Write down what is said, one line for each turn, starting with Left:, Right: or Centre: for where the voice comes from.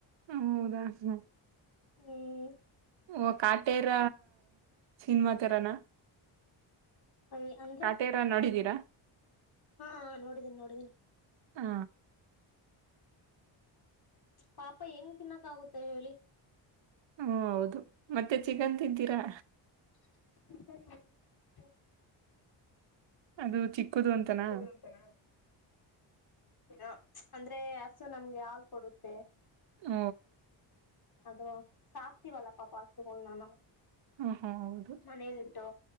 Right: ಹೌದಾ ಸರ.
Left: ಹ್ಮ್.
Right: ಓ ಕಾಟೇರ ಸಿನಮಾ ತರಾನ.
Left: ಅಯ್ ಅಂದ್ರೆ
Right: ಕಾಟೇರ ನೋಡಿದೀರಾ.
Left: ಹಾ ನೋಡಿದ್ದೀನಿ ನೋಡಿದ್ದೀನಿ.
Right: ಹಾ.
Left: ಪಾಪ ಹೆಂಗ ತಿನ್ನಕ್ ಆಗುತ್ತೆ ಹೇಳಿ.
Right: ಹ್ಮ ಹೌದು ಮತ್ತೆ ಚಿಕನ್ ತಿಂತೀರಾ.
Left: <unintelligible>
Right: ಅದು ಚಿಕ್ಕದು
Left: ಅದು
Right: ಅಂತನಾ
Left: ಚಿಕ್ಕದು ಅಂತಾನ. ಹ ಅಂದ್ರೆ ಹಸು ನಮ್ಗೆ ಹಾಲು ಕೊಡುತ್ತೆ.
Right: ಹ.
Left: ಅದು ಸಾಕ್ತಿವಲ್ಲ ಪಾಪ ಹಸುಗಳು ನಾವು.
Right: ಹ ಹಾ ಹೌದು
Left: ಮನೆಯಲ್ಲಿಟ್ಟು